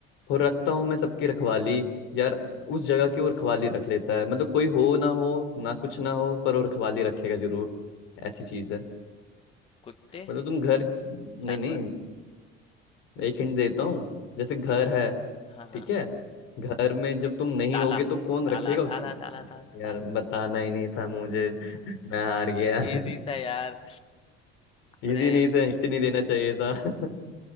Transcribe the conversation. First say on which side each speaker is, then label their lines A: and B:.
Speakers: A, on the left (about 70°); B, on the left (about 25°).
A: और रखता हूँ मैं सबकी रखवाली यार उस जगह की वो रखवाली रख लेता है मतलब कोई हो ना हो ना कुछ ना हो पर वो रखवाली रखेगा जरूर ऐसी चीज है
B: कुत्ते,
A: मतलब तुम घर नहीं
B: जानवर,
A: नहीं एक हिंट देता हूँ जैसे घर है
B: हाँ, हाँ,
A: ठीक है घर में जब तुम नहीं
B: ताला,
A: होगे तो कौन
B: ताला,
A: रखेगा उसकी
B: ताला, ताला, ताला,
A: अरे यार
B: ताला।
A: बताना ही नहीं था मुझे <laughs> मैं हार गया
B: ये इजी
A: <laughs>
B: था यार।
A: इजी
B: अरे
A: नहीं था हिंट नहीं देना चाहिए था <laughs>